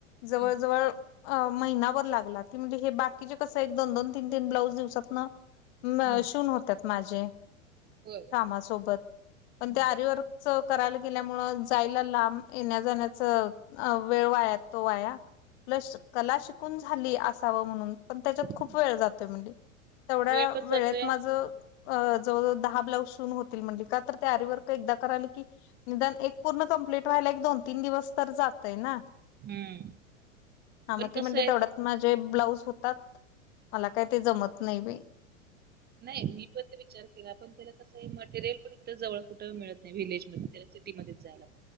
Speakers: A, on the left (about 55°); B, on the right (about 25°).
A: जवळ
B: हम्म.
A: जवळ अ महिनाभर लागला. ती म्हणजे हे बाकीचे कसं एक दोन दोन, तीन तीन, ब्लाऊज दिवसात ना
B: हम्म.
A: शिहून होतात माझे,
B: होय
A: कामासोबत पण
B: हम्म.
A: त्या आरीवर्क करायला गेल्या मूळ जायला, लांब येण्या जाण्याच वेळ वाया, तो वाया प्लस कला शिकून झाली, असाव म्हणून पण त्याच्यात खूप
B: हम्म.
A: वेळ जातोय म्हणजे. तेवढ्या
B: वेळ पण
A: वेळेत
B: जातोय
A: माझ, अ जवळजवळ दहा ब्लाउज शिवून होतील म्हणले, का तर त्या आरीवर्क का एकदा, कराल की निदान एक पूर्ण कंप्लीट व्हायला एक, दोन, तीन दिवस तर जातय ना.
B: हम्म
A: हा मग
B: पण
A: त
B: कसं
A: म्हणतेे
B: आहे
A: तेवढ्यात, माझे ब्लाऊज होतात. मला काही ते, जमत नाही बाई.
B: नाही मी पण ते विचार केला, पण त्याला कसं मटेरियल पण इथ जवळ कुठं मिळत नाही. व्हलेजमध्ये त्याला सिटीमध्ये जायला,